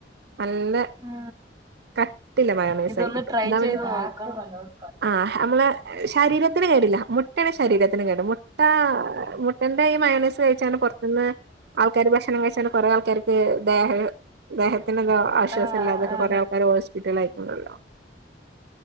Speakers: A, on the right (about 60°); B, on the right (about 20°).
A: നല്ല
B: ആ
A: കട്ടില്ല മയോണൈസായി
B: ഇതൊന്ന്
A: കിട്ടും
B: ട്രൈ
A: എന്നാ
B: ചെയ്ത്
A: പിന്നെ
B: നോക്കണം.
A: ആഹ് നമ്മളെ ശരീരത്തിന് കേടില്ല മുട്ടയാണ് ശരീരത്തിന് കേട്ഇല്ല മുട്ട മുട്ടന്റെ ഈ മയനെയ്‌സ് കഴിച്ചാണ് പുറത്തുന്ന് ആൾക്കാർ ഭക്ഷണം കഴിച്ച കുറേ ആൾക്കാർക്ക് ദേഹം ദേഹത്തിന്ന്തോ ആശ്വാസം
B: ആഹ്
A: ഇല്ലാതെക്കെ
B: ആഹ്
A: കൊറേ ആൾക്കാര് ഹോസ് പ്പിറ്റലായിക്കണ്ടല്ലോ